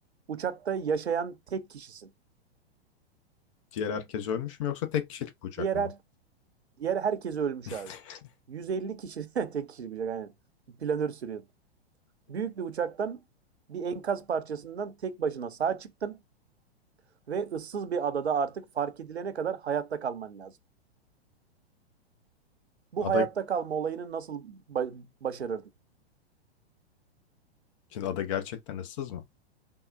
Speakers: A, on the right (about 80°); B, on the left (about 30°).
A: uçakta yaşayan tek kişisin.
B: Diğer herkes ölmüş mü yoksa tek kişilik bir uçak
A: Diğer
B: mı
A: her,
B: bu?
A: diğer herkes ölmüş
B: <laughs>
A: abi. 150 kişi <laughs> tek kişi bir şey aynen. Planör sürüyorsun. Büyük bir uçaktan bir enkaz parçasından tek başına sağ çıktın ve ıssız bir adada artık fark edilene kadar hayatta kalman lazım. Bu
B: Ada,
A: hayatta kalma olayını nasıl ba- başarırdın?
B: şimdi ada gerçekten ıssız mı?